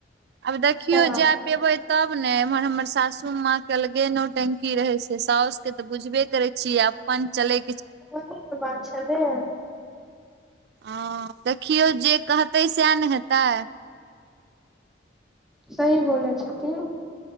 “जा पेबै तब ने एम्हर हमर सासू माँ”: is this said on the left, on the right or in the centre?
Right